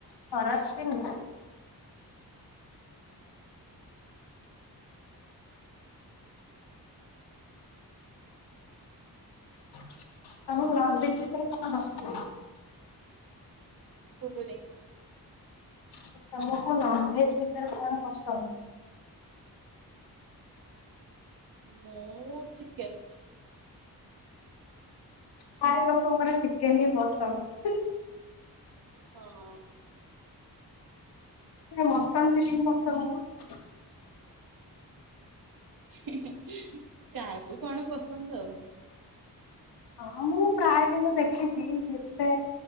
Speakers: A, on the left (about 85°); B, on the right (about 65°).
A: ଖରାପ ବି ନୁହଁ। ତମ ଲଗେଜ୍ ଭିତରେ କଣ ଅଛି?
B: ସୁବୁନି।
A: ତମକୁ ନନଭେଜ୍ ଭିତରେ କଣ ପସନ୍ଦ?
B: ମୁଁ ମୁଁ ଚିକେନ୍।
A: ଥାଏ ଲୋକଙ୍କର ଚିକେନ ଟିକେ ପସନ୍ଦ।
B: ହଁ।
A: କାଇଁ ମଟନ ଟା କାଇଁ ପସନ୍ଦ ନୁହଁ?
B: ହେ ହେ ହେ କାହାକୁ କଣ ପସନ୍ଦ ଆଉ।
A: ହଁ ମୁଁ ପ୍ରାୟ କିନ୍ତୁ ଦେଖିଛି ଯେତେ